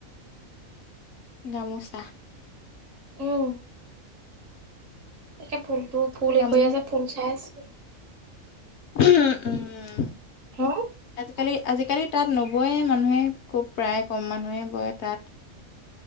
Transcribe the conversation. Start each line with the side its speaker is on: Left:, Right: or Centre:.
Left: গামোচা
Right: আহ। তাকে ফুলতটো ফুল
Left: গামলি
Right: হেৰী কৰি আছে ফুল চাই আছে।
Left: উ উম
Right: হা
Left: আজিকালি আজিকালি তাত নবয় মানুহে খুব প্ৰায় কম মানুহে বয় তাত।